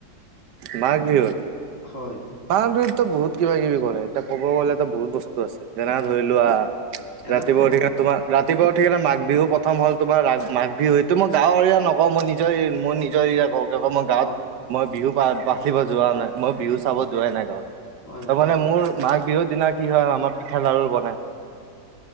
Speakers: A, on the right (about 70°); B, on the left (about 45°).
A: মাঘ বিহুত।
B: হয়
A: মাহ বিহুতো বহুত কিবা কিবি কৰে এতিয়া ক'ব গলেতো বহুত বস্তু আছে যেনে ধৰি লোৱা
B: এনে
A: ৰাতিপুৱাউঠি
B: ক
A: তোমাৰ ৰা ৰাতিপুৱা উঠিকিনে মাঘ বিহু প্ৰথম হ'ল তোমাৰ ৰা মাঘ বিহু সেইটো মই গাঁৱৰ এৰিয়া নকওঁ মই নিজৰ মই নিজৰ এৰিয়া কওঁ। মই গাঁৱত
B: অ
A: মই বিহু বাঢ়িব যোৱা নাই মই বিহু চাব। যোৱাই নাই গাঁৱত
B: হয়
A: ত
B: হয়
A: মানে মোৰ মাঘ বিহুত দিনা কি হয় আমাৰ পিঠা লাড়ু বনাই